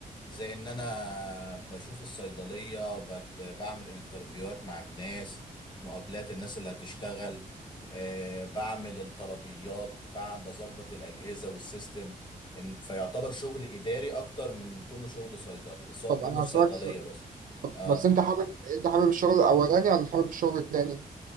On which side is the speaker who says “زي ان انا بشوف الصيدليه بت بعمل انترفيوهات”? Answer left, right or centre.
Left